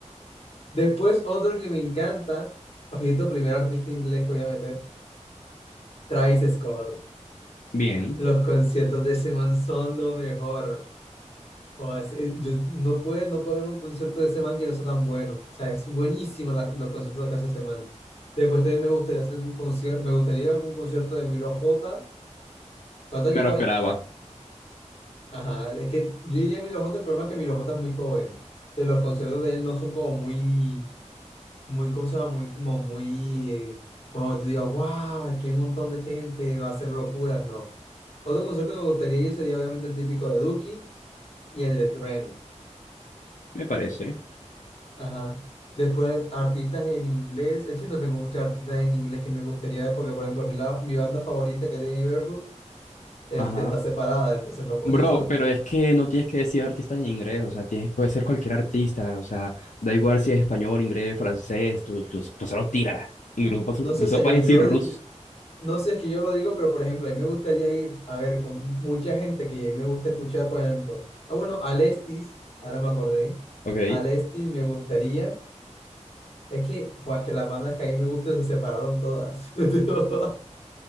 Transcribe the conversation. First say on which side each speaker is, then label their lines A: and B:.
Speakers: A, on the left; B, on the left.
A: Después otro que me encanta, ojito, primer artista inglés que voy a meter, Travis Scott.
B: bien.
A: Los conciertos de ese man son lo mejor. O sea, es- yo no puedo, no puedo ver un concierto de ese man que no sea tan bueno. O sea, es buenísimo la- los conciertos que hace ese man. Después también me gustaría hacer un concierto, me gustaría algún concierto de Milo J. ¿Cuánto
B: Me
A: llegó
B: lo esperaba,
A: ahí? Ajá, es que yo diría a Milo J, el problema es que Milo J es muy joven. Entonces, los conciertos de él no son como muy, muy cosas, muy, como muy, eh, como que tú digas, wow, qué montón de gente, va a ser locuras, no. Otro concierto que me gustaría ir sería obviamente el típico de Duki y el de Trueno.
B: me parece.
A: Ajá. Después, artistas en inglés, es que no tengo muchos artistas en inglés que me gustaría ver, porque por ejemplo, mi, la- mi banda favorita que es The Neighborhood, este,
B: Ajá.
A: está separada, entonces no puedo.
B: Bro,
A: <laughs>
B: pero es que no tienes que decir artista en inglés, o sea, tienes, puede ser cualquier artista, o sea, da igual si es español, inglés, francés, tú, tú, tú solo tírala. Incluso,
A: No
B: incluso
A: sé, o sea,
B: puedes
A: yo, yo
B: decir
A: lo
B: ruso.
A: digo, No sé, es que yo lo digo, pero por ejemplo, a mí me gustaría ir a ver con mucha gente que me gusta escuchar, por ejemplo. Ah, bueno, Alestis, ahora me acordé.
B: Ok,
A: Alestis me gustaría. Es que, joder, es que las bandas que a mí me gustan se separaron todas. <laughs>